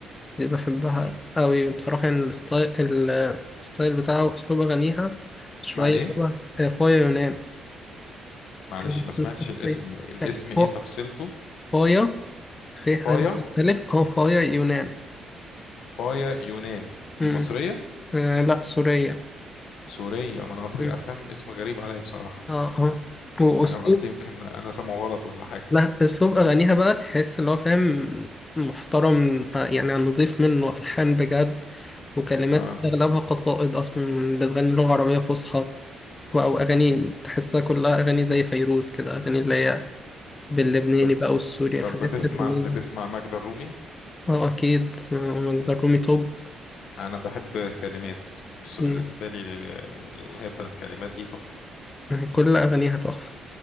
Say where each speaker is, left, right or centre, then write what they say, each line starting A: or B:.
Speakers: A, on the left; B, on the left.
A: دي بحبها
B: مم.
A: أوي بصراحة يعني الستايل ال- الستايل بتاعها وأسلوب أغانيها شوية
B: اسمها إيه؟
A: شبه آه، فايا يونان
B: معلش
A: مش
B: ما سمعتش
A: مصرية
B: الاسم الاسم إيه
A: فا-
B: تفصيلته؟
A: فايا فيه
B: فايا
A: ألف ألف أه فايا يونان
B: فايا يونان
A: مم.
B: دي مصرية؟
A: آه لأ سورية
B: سورية ما أنا أصل
A: مم.
B: الأسم اسم غريب عليا بصراحة
A: أه أه وأسلوب
B: أنا قلت يمكن أنا سامعه غلط ولا حاجة
A: لا أسلوب أغانيها بقى تحس اللي هو فاهم محترم آه، يعني نضيف منه ألحان بجد وكلمات
B: آه
A: أغلبها قصائد أصلا بتغني لغة عربية فصحى او اغاني
B: مم.
A: تحسها كلها اغاني زي فيروز كده اغاني اللي هي باللبناني
B: طب
A: بقى والسوري
B: طب
A: الحاجات
B: بتسمع
A: دي اللي
B: بتسمع
A: هي
B: ماجدة الرومي؟
A: اه اكيد آه، مقدار رومي توب
B: انا بحب كلمات بص
A: مم.
B: بالنسبه لي ال- الاغنيه بتاعت كلمات دي تحفه
A: كل اغانيها تحفه